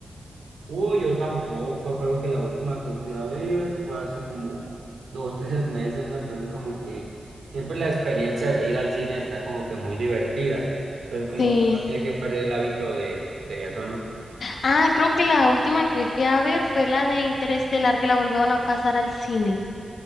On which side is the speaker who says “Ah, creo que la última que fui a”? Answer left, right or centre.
Left